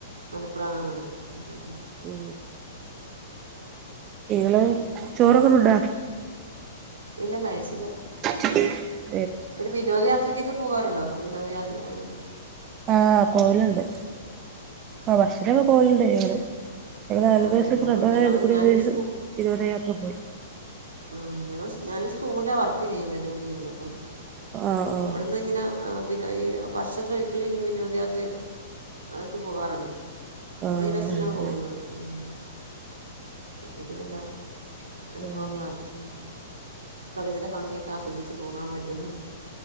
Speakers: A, on the right; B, on the right.
A: മലപ്പുറം ആ മലപ്പു ഉ ഉ
B: ഉ ഇങ്ങള് ചോറൊക്കെ ഉണ്ടാ
A: ഇല്ല കഴിച്ചില്ല
B: !!!!!!!!!!!!!!!
A: പിന്നെ വിനോദയാത്രക്കൊക്കെ പോകാറുണ്ടോ വിനോദയാത്ര ങനെ
B: ആഹ് പോവലുണ്ട് ആ ബസ്സിലൊക്കെ പോവലുണ്ട് ങ്ങള് ഞങ്ങള് നാല്
A: ആ
B: വയസ്
A: ഞങ്ങള് ഞങ്ങള് ഞാനൊരു
B: <unintelligible> വിനൊദയാത്ര പോയി
A: ആഹ് ഞങ്ങ ഞാൻ സ്കൂളില വർക്ക് ചെയ്യുന്നത് ജോലി ചെയ്യുന്നത് അപ്പം
B: ആഹ്
A: അവിടെ ഇന്ന് ഇങ്ങനെ ആ പിന്ന ഈ വർഷത്തിലൊരിക്കലും ഇങ്ങനെ വിനോദയാത്ര അതൊക്കെ പോകാറുണ്ട് അപ്പൾ
B: ആഹ്
A: ഈ ബസ്സിലാ പോകുന്നത് ഉം അപ്പത്തേക്ക് നല്ല അനുഭവങ്ങളാണ്
B: ആഹ്
A: പലതരം ഭംഗിയൊക്കെ ആസ്വദിച്ച് പോകാൻ പറ്റും അഹ്